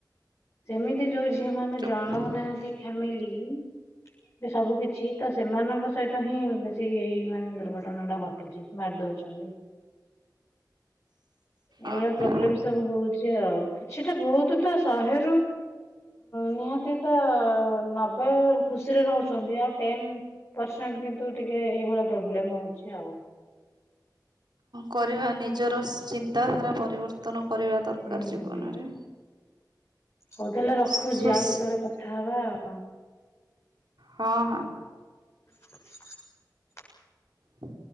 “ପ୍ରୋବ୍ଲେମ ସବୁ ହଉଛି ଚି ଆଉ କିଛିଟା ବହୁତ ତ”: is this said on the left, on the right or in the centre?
Left